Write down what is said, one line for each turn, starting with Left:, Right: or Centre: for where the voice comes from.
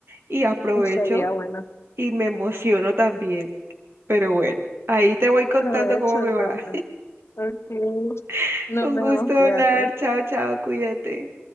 Right: y aprovecho
Left: Sería bueno.
Right: y me emociono también. Pero bueno, ahí te voy contando
Left: Provecho
Right: cómo me
Left: entonces.
Right: va.
Left: Ok,
Right: <laughs>
Left: nos
Right: Un
Left: vemos,
Right: gusto
Left: cuídate.
Right: hablar. Chao, chao, cuídate.